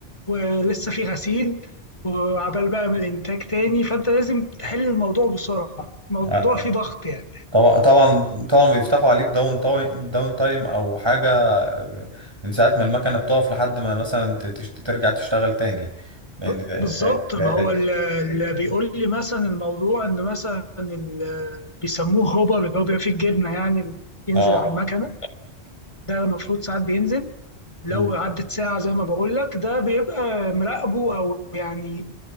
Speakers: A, on the left (about 25°); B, on the right (about 25°).
A: ولسه في غسيل وعبال بقى من الانتاج تاني فانت لازم تحل الموضوع بسرعه الموضوع
B: آه.
A: فيه ضغط يعني
B: طبعا طبعا طبعا بيفتحوا عليك داون تايم داون تايم او حاجه آه، من ساعه ما المكنه بتقف لحد ما مثلا ت- تشت... ترجع تشتغل تاني لان
A: ب-
B: آه،
A: بالظبط
B: لان
A: ما هو ال- اللي بيقول لي مثلا الموضوع ان مثلا ال- بيسموه هوبر اللي هو بيبقى فيه الجبنه يعني اللي ينزل
B: اه
A: على المكنه ده المفروض ساعات بينزل لو
B: أمم.
A: عدت ساعه زي ما بقول لك ده بيبقى مراقبه او يعني